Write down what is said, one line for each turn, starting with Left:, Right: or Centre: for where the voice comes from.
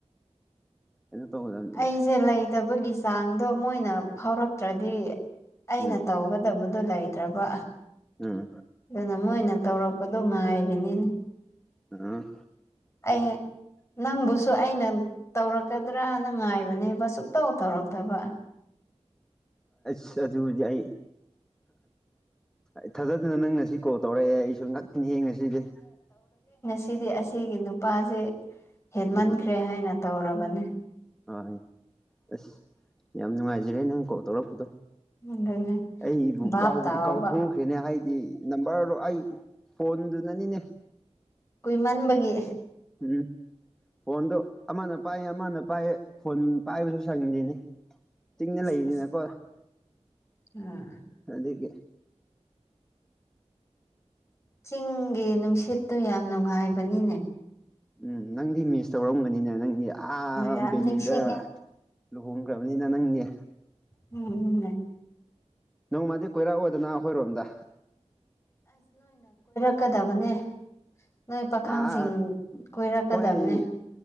Centre: ꯀꯩꯅꯣ ꯇꯧꯒꯗꯕꯅꯤꯅꯦ
Left: ꯑꯩꯁꯦ ꯂꯩꯇꯕꯒꯤ ꯆꯥꯡꯗꯣ ꯃꯣꯏꯅ ꯐꯥꯎꯔꯛꯇ꯭ꯔꯗꯤ ꯑꯩꯅ
Centre: ꯎꯝ
Left: ꯇꯧꯒꯗꯕꯗꯨꯣ ꯂꯩꯇ꯭ꯔꯕ
Centre: ꯎꯝ
Left: ꯑꯗꯨꯅ ꯃꯣꯏꯅ ꯇꯧꯔꯛꯄꯗꯣ ꯉꯥꯏꯔꯤꯅꯤꯅꯦ
Centre: ꯑ
Left: ꯑꯩ ꯅꯪꯕꯨꯁꯨ ꯑꯩꯅ ꯇꯧꯔꯛꯀꯗ꯭ꯔꯥꯅꯅꯨꯡꯉꯥꯏꯕꯅꯦꯕꯁꯨꯛꯇꯧ ꯇꯧꯔꯛꯇꯕ
Centre: ꯁ ꯑꯗꯨ ꯌꯥꯏ ꯑꯩ ꯊꯥꯖꯗꯅ ꯅꯪ ꯉꯁꯤ ꯀꯣꯜ ꯇꯧꯔꯛꯑꯦ ꯑꯩꯁꯨ ꯉꯈꯤꯅ ꯍꯦ ꯉꯁꯤꯗꯤ
Left: ꯁꯤꯗꯤ ꯑꯁꯤꯒꯤ ꯅꯨꯄꯥꯁꯤ ꯍꯦꯟꯃꯟꯈ꯭ꯔꯦ
Centre: ꯎꯝ
Left: ꯍꯥꯏꯅ ꯇꯧꯔꯕꯅꯤ
Centre: ꯍꯣꯏ ꯑꯁ ꯌꯥꯝ ꯅꯨꯡꯉꯥꯏꯖꯔꯦ ꯅꯪ ꯀꯣꯜ ꯇꯧꯔꯛꯄꯗꯣ
Left: ꯑꯗꯨꯅꯦ
Centre: ꯑꯩꯕꯨ
Left: ꯚꯥꯞ
Centre: ꯀꯥꯎꯕꯗꯤ
Left: ꯇꯥꯎꯕ
Centre: ꯀꯥꯎꯊꯣꯛꯈ꯭ꯔꯦꯅꯦ ꯍꯥꯏ ꯅꯝꯕꯔꯗꯣ ꯑꯩ ꯐꯣꯟꯗꯨꯅꯅꯤꯅꯦ
Left: ꯀꯨꯏꯃꯟꯥꯟꯕꯒꯤ
Centre: ꯎꯝ ꯐꯣꯟꯗꯣ ꯑꯃꯅ ꯄꯥꯏꯌꯦ ꯑꯃꯅ ꯄꯥꯏꯌꯦ ꯐꯣꯟ ꯄꯥꯏꯕꯁꯨ ꯁꯪꯁꯤꯅꯤ ꯆꯤꯡꯅ
Left: ꯑꯁ
Centre: ꯂꯩꯕꯅꯤꯅꯀꯣ
Left: ꯑꯁ ꯑꯥ
Centre: ꯑꯗꯒꯤ
Left: ꯆꯤꯡꯒꯤ ꯅꯨꯡꯁꯤꯠꯇꯨ ꯌꯥꯝ ꯅꯨꯡꯉꯥꯏꯕꯅꯤꯅꯦ
Centre: ꯎꯝ ꯅꯪꯗꯤ ꯃꯤꯁ ꯇꯧꯔꯝꯒꯅꯤꯅꯦ ꯅꯪꯗꯤ ꯑꯥ
Left: ꯌꯥꯝ
Centre: ꯕꯦꯂꯤꯗ
Left: ꯅꯤꯡꯁꯤꯡꯉꯦ
Centre: ꯂꯨꯍꯣꯡꯈ꯭ꯔꯕꯅꯤꯅ ꯅꯪꯅꯦ
Left: ꯎꯝ ꯎ
Centre: ꯅꯣꯡꯃꯗꯤ ꯀꯣꯏꯔꯛꯑꯣꯗꯅ ꯑꯩꯈꯣꯏꯔꯣꯝꯗ
Left: ꯆꯛꯀꯗꯕꯅꯦ ꯅꯣꯏ ꯄꯥꯈꯪꯁꯤꯡ
Centre: ꯑꯥ
Left: ꯀꯣꯏꯔꯛꯀꯗꯕꯅꯦ
Centre: ꯍꯣꯏ